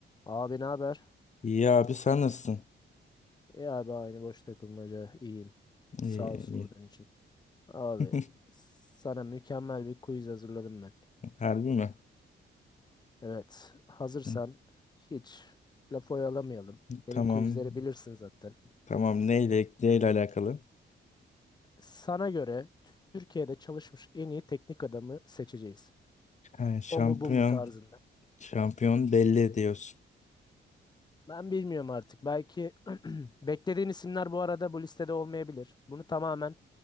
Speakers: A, on the left; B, on the left.
A: Abi ne haber?
B: İyi abi sen nasılsın?
A: İyi abi aynı boş takılmaca iyiyim. Sağ
B: İyi
A: ol sorduğun
B: iyi.
A: için. Abi
B: <laughs>
A: sana mükemmel bir quiz hazırladım ben.
B: Harbi mi?
A: Evet hazırsan
B: Hı,
A: hiç laf oyalamayalım. Benim
B: Tamam.
A: quizleri bilirsin zaten.
B: Tamam neyle neyle alakalı?
A: Sana göre Türkiye'de çalışmış en iyi teknik adamı seçeceğiz.
B: Ha, şampiyon
A: O mu bu mu tarzında.
B: şampiyon belli ediyorsun.
A: Ben bilmiyorum artık. Belki <clears throat> beklediğin isimler bu arada bu listede olmayabilir. Bunu tamamen